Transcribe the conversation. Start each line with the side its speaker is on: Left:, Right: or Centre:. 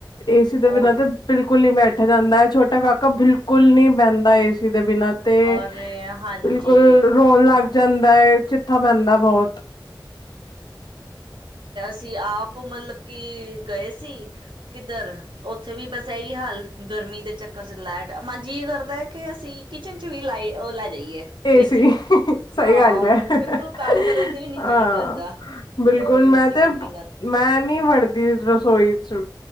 Left: ਏਸੀ ਦੇ ਬਿਨਾਂ
Right: ਔਰ
Left: ਤੇ ਬਿਲਕੁਲ ਨੀ ਬੈਠ ਜਾਂਦਾ ਹੈ ਛੋਟਾ ਕਾਕਾ ਬਿਲਕੁਲ ਨੀ ਬਹਿੰਦਾ ਏ ਸੀ ਦੇ ਬਿਨਾਂ ਤੇ
Right: ਔਰ ਹਾਂਜੀ
Left: ਬਿਲਕੁਲ ਰੋਣ ਲੱਗਦੇ ਜਾਂਦਾ ਚਿੱਥਾ ਪੈਂਦਾ ਬਹੁਤ
Right: ਸੀ ਆਪ ਮਤਲਬ ਕਿ ਗਏ ਸੀ ਕਿੱਧਰ ਉੱਥੇ ਵੀ ਬਸ ਇਹੀ ਹਾਲ ਗਰਮੀ ਦੇ ਚੱਕਰ ਚ ਲੈਟ ਮਜੀ ਕਰ ਹੈ ਕੇ ਅਸੀਂ ਕਿਚਨ ਚ ਵੀ ਲਾਈ ਲੈ ਜਾਈਏ
Left: ਏ ਸੀ
Right: ਏਸੀ
Left: ਸਹੀ
Right: ਹਾਂ
Left: ਗੱਲ ਹੈ ਹਹ
Right: ਬਿਲਕੁਲ ਕੰਮ ਕਰਨ ਤੇ ਵੀ ਨੀ
Left: ਹਾਂ
Right: ਜੀਅ ਕਰਦਾ
Left: ਬਿਲਕੁਲ
Right: ਅ
Left: ਮੈਂ
Right: ਏਸੀ
Left: ਤੇ
Right: ਦੇ ਬਿਨਾਂ
Left: ਮੈਂ ਨੀ ਫੜਦੀ ਰਸੋਈ ਚ